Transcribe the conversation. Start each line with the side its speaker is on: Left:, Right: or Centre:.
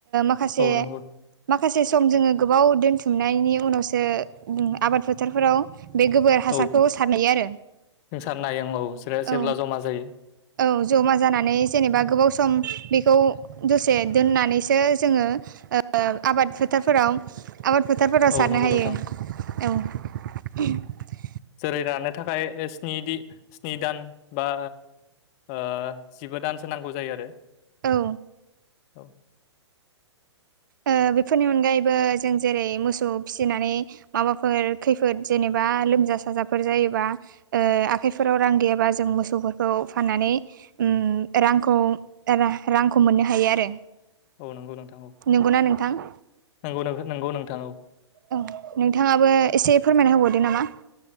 Right: माखासे
Left: औ नंगौ
Right: माखासे सम जोङो गोबाव दोनथुमनायनि उनावसो आबाद डक्टरफोराव बे गोबोर
Left: औ
Right: हासारखौ सारनाययो आरो
Left: जों सार नायं औ बिसोरो जेब्ला
Right: औ
Left: जमा जायो
Right: औ ज'मा जानानै जेनेबा गोबाव सम सम बेखौ दसे दोननानैसो जोङो ओ आबाद फोथारफोराव आबाद फोथारफोराव
Left: औ
Right: सारनो
Left: नंगौ
Right: हायो
Left: नोंथां
Right: औ
Left: जेरै रानो थाखाय स्नि दि स्नि दान बा ओ जिबा दानसो नांगौ जायो आरो
Right: औ
Left: औ
Right: ओ बेफोरनि अनगायैबो जों जेरै मोसौ फिसिनानै माबाफोर खैफोद जेनेबा लोमजा साजाफोर जायोबा ए आखाइफोराव रां गैयाबा जों मोसौफोरखौ फाननानै उम रांखौ रांखौ मोननो हायो आरो
Left: औ नंगौ नोंथां औ
Right: नंगौना नोंथां?
Left: नोंगौ नोंहो नोंगौ नोंथां औ
Right: औ नोंथाङाबो एसे फोरमायना होबावदो नामा?